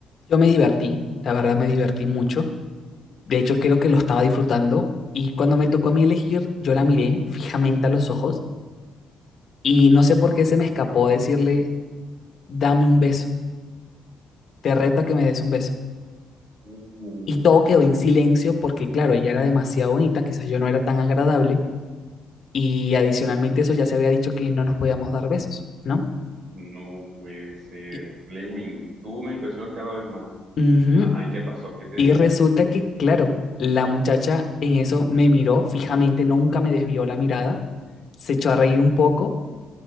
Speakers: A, on the left (about 55°); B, on the right (about 55°).
A: Yo me divertí, la verdad me divertí mucho. De hecho, creo que lo estaba disfrutando y cuando me tocó a mí elegir, yo la miré fijamente a los ojos y no sé por qué se me escapó decirle, dame un beso, te
B: <gasps>
A: reto a que me des un beso.
B: Uh.
A: Y todo quedó en silencio porque, claro, ella era demasiado bonita, quizás yo no era tan agradable y adicionalmente eso ya se había dicho que no nos podíamos dar besos, ¿no?
B: No puede ser.
A: Y,
B: Lewin, tú me impresionas cada vez más.
A: ujú,
B: Ajá, ¿y qué pasó? ¿Qué te
A: Y
B: dijo?
A: resulta que, claro, la muchacha en eso me miró fijamente, nunca me desvió la mirada, se echó a reír un poco